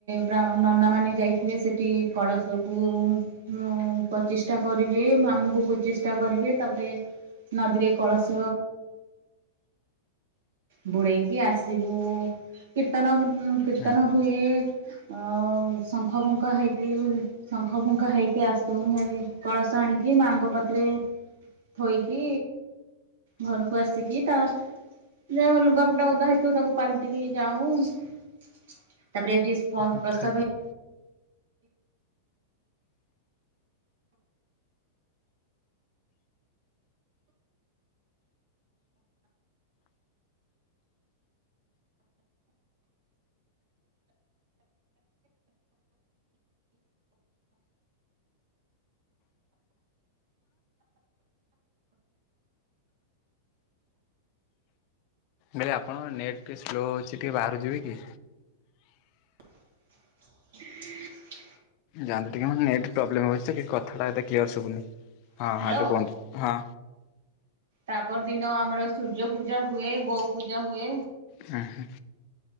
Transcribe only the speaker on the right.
ବ୍ରା ନନାମାନେ ଯାଇଥିବେ ସେଠି କଳସକୁ ମୁ ପଚିଷ୍ଟା କରିବେ ମାମୁଁଙ୍କୁ ପଚିଷ୍ଟା କରିବେ ତାପରେ ନଦୀରେ କଳସ ବୁଡେଇକି ଆସିବୁ କୀର୍ତ୍ତନ ଫିର୍ ଉଁ କୀର୍ତ୍ତନ
ହୁଏ ଆଉ ଶଙ୍ଖ ଫୁଙ୍କା ହେଇକି ଶଙ୍ଖ ଫୁଙ୍କା ହେଇକି ଆସୁ ଭାରି କଳସ ଆଣିକି ମାଆଙ୍କ କତିରେ ଥୋଇକି ଘରକୁ ଆସିକି ତା ଯାହା ଲୁଗା ପଟା ଓଦା ହେଇଥିବ ତାକୁ ପାଲଟିକି ଯାଉଁ ତାପରେ ହେଟି ପ
ପ୍ରସାଦ
ହେଇ
<unintelligible>
ହ୍ୟାଲୋ
ତାପର୍ ଦିନ ଆମର ସୂର୍ଯ୍ୟପୂଜା ହୁଏ, ଗୋପୂଜା ହୁଏ।